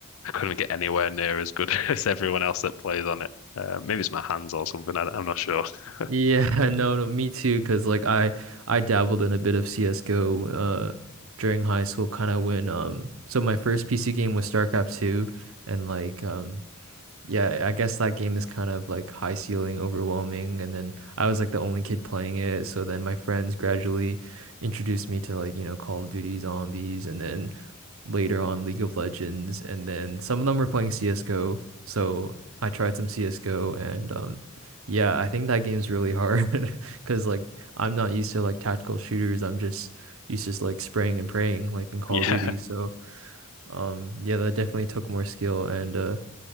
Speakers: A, on the left; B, on the right.
A: I couldn't get anywhere near as good <laughs> as everyone else that plays on it. Uh, maybe it's my hands or something. I, I'm not sure. <laughs>
B: Yeah, <laughs> no, no, me too. Because like I I dabbled in a bit of CS:GO uh during high school kind of when um so my first PC game was StarCraft 2 and like um Yeah, I guess that game is kind of like high ceiling, overwhelming, and then I was like the only kid playing it, so then my friends gradually introduced me to like, you know, Call of Duty Zombies and then later on League of Legends and then some of them were playing CS:GO, so I tried some CS:GO and um yeah, I think that game's really hard <laughs> 'cause like I'm not used to like tactical shooters. I'm just used to just, like spraying and praying like in Call
A: Yeah,
B: of Duty. So, um yeah, that definitely took more skill and uh